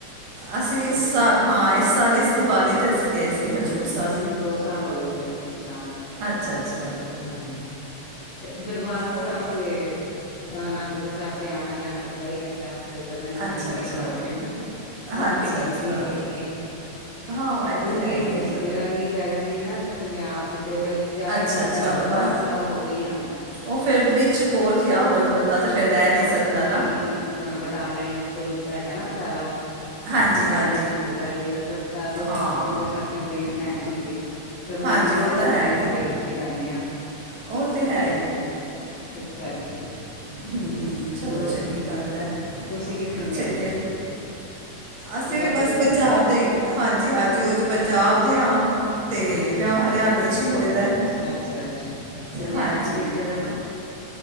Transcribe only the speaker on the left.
ਤੇ
ਹਾਂ
ਨਹੀਂ
ਮੈਨ ਦੋ ਸਾਲ ਹੋ ਗਏ ਗਏ ਹਜ਼ੂਰ ਸਾਹਿਬ
ਹਾਂਜੀ ਤੇ ਦਰਬਾਰ ਸਾਹਿਬ
ਤੇ ਅਨੰਦਪੁਰ ਸਾਹਿਬ ਤੇ ਆਣਾ ਜਾਣਾ ਲੱਗਾ ਹੀ ਰਹਿੰਦਾ ਫਿਰ ਪਤਾ ਨੀ ਕਿੰਨੀ
ਵਾਰੀ
ਹੋ ਆ ਆ ਉਹਦੀ
ਤੇ ਗਿਣਤੀ
ਕੋਈ ਨੀ ਹੈਗੀ
ਕਿਉਂਕਿ
ਇਹ
ਰਿਸ਼ਤੇਦਾਰੀ
ਪੈ ਜਾਂਦੀ ਨਾ ਤੇ ਪੰਜਾਬ ਚ ਤੇ ਫਿਰ ਜਾਏ
ਬੰਦਾ
ਫਿਰ ਦਰਬਾਰ
ਸਾਹਿਬ ਹੋ ਕ ਹੀ ਆਉਦਾ ਹੈ
ਅੰਮ੍ਰਿਤਸਰ
ਦੇ
ਕੋਲ
ਹੀ ਬਟਾਲੇ ਬਟੂ ਹੈਗਾ ਨਾ ਬਟਾਲਾ
ਬਟਾਲੇ
ਰਿਸ਼ਤੇਦਾਰੀ ਹੈ ਤੇ ਫਿਰ ਬਟਾਲੇ ਜਾਓ
ਤੇ ਅੰਮ੍ਰਿਤਸਰ ਦੀ ਟ੍ਰੇਨ ਲੈਣੀ ਹੁੰਦੀ ਫਿਰ ਬੰਦਾ
ਕਹਿੰਦਾ
ਚਲ ਮੱਥਾ
ਟੇਕ ਕੇ ਜਾਂਦੇ ਆਾਂ
ਹੋਰ ਇਸ ਕਰਕੇ
ਹੋਰ
ਤੁਸੀਂ ਕਿੱਥੋਂ ਦੇ
ਹੋ
ਜਗਾਦਰੀ
ਦੇ
ਅੱਛਾ
ਅੱਛਾ ਅੱਛਾ ਪੰਜਾਬ
ਚ ਕਿਹੜੀ ਜਗ੍ਹਾ ਤੋਂ